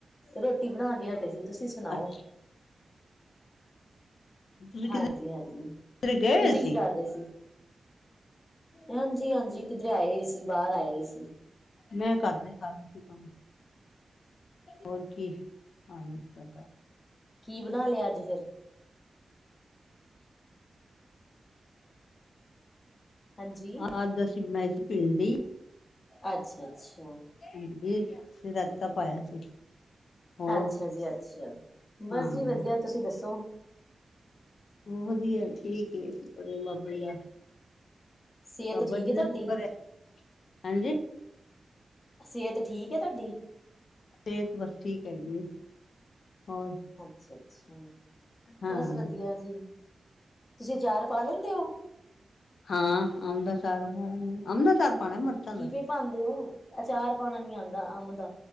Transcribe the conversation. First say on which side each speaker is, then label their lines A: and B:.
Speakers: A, on the left; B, on the left.
A: ਰੋਟੀ ਬਣਾ ਕੇ ਹਟੇ ਸੀ ਤੁਸੀਂ ਸ ਸੁਨਾਓ
B: ਅੱਛਾ ਤੁਸੀਂ ਕਿਧਰੇ
A: ਹਾਂਜੀ ਹਾਂਜੀ
B: ਗਏ
A: ਤੁਸੀਂ
B: ਹੋਏ
A: ਕੀ
B: ਸੀ?
A: ਕਰ ਰਹੇ ਸੀ ਹਾਂਜੀ ਹਾਂਜੀ ਕਿਧਰੇ ਆਏ ਸੀ ਬਾਹਰ ਆਏ ਸੀ।
B: ਮੈਂ ਘਰ ਦੇ ਕਰ ਰਹੀ ਸੀ ਕੰਮ ਹੋਰ ਕੀ ਹਾਂਜੀ ਸਾਡਾ <unintelligible>
A: ਕੀ ਬਨਾ ਲਿਆ ਅੱਜ ਫੇਰ ਹਾਂਜੀ,
B: ਹਾਂ ਅੱਜ ਅਸੀਂ ਬਣਾਈ ਸੀ ਭਿੰਡੀ
A: ਅੱਛਾ ਅੱਛਾ।
B: ਭਿੰਡੀ ਫਿਰ ਰੈਤਾ ਪਾਇਆ ਸੀ। ਹੋਰ
A: ਅੱਛਾ ਜੀ ਅੱਛਾ ਬਸ
B: ਹਾਂ।
A: ਜੀ ਵਧੀਆ ਤੁਸੀਂ ਦੱਸੋ
B: ਵਧੀਆ ਠੀਕ ਏ ਸ਼ੁਕਰ ਏ ਬਾਬੇ ਦਾ।
A: ਸਿਹਤ
B: ਬਾਬਾ
A: ਠੀਕ
B: ਜੀ
A: ਹੈ
B: ਦਾ
A: ਤੁਹਾਡੀ
B: ਸ਼ੁਕਰ ਏ, ਹਾਂਜੀ
A: ਸੇਹਤ ਠੀਕ ਹੈ ਤੁਹਾਡੀ
B: ਸਿਹਤ ਬਸ ਠੀਕ ਹੈਗੀ ਹੋਰ
A: ਅੱਛਾ ਅੱਛਾ
B: ਹਾਂ।
A: ਬਸ ਵਧੀਆ ਜੀ ਤੁਸੀਂ ਅਚਾਰ ਪਾ ਲੈਂਦੇ ੳ
B: ਹਾਂ ਅੱਮ ਦਾ ਅਚਾਰ ਪਾ ਲੈਨੇ ਆ ਅੱਮ ਦਾ ਅਚਾਰ ਪਾਣਾ ਮਿਰਚਾਂ
A: ਕਿਵੇਂ
B: ਦਾ,
A: ਪਾਂਦੇ ੳ ਅਚਾਰ ਪਾਉਣਾ ਨੀ ਆਂਦਾ ਅੰਮ ਦਾ